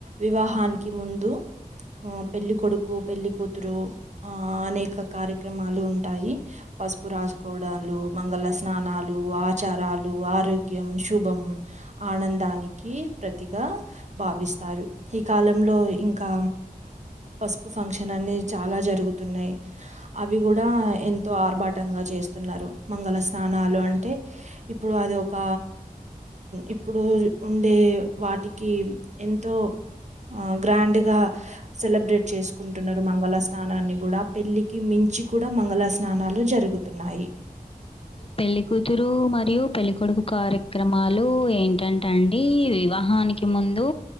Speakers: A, on the right; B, on the left.
A: వివాహానికి ముందు ఆ పెళ్లి కొొడుకు పెళ్లికతురు అనేక కార్యక్రమాలు ఉంటాయి. పసుపు రాసుకోవడాలు, మంగళ స్నానాలు ఆచారాలు, ఆరోగ్యం, శుభం. ఆనందానికి ప్రతి కగా భావిస్తారు. ఈ కాలంలో ఇంకా పసుపు ఫంక్షన్ అన్ని చాలా జరుగుతున్నాయి. అవి కూడా ఎంతో ఆర్భాటంగా చేస్తున్నారు. మంగళ స్నానాలు అంటే ఇప్పుడు అది ఒక ఇప్పుడు ఉండే వాటికి ఎంతో ఆ గ్రాండ్గా సెలబ్రేట్ చేసుకుంటున్నారు. మంగళ స్నానాన్ని కూడా పెళ్ళికి మించి నుంచి కూడా మంగళ స్నానాలు జరుగుతున్నాయి.
B: పెళ్లికతురు మరియు పెళ్లికొడుకు కార్య క్రమాలు ఏంటంటేండి, వివాహానికి ముందు